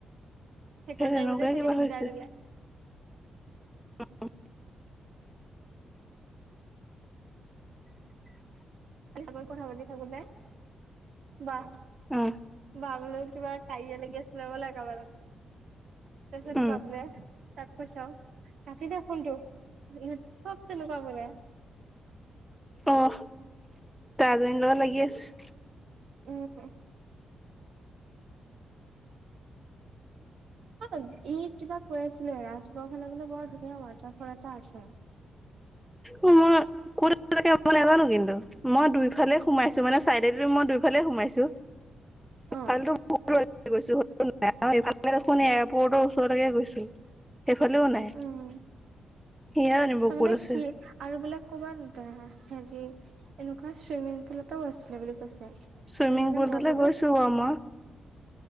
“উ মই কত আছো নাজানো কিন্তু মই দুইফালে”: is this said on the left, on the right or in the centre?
Centre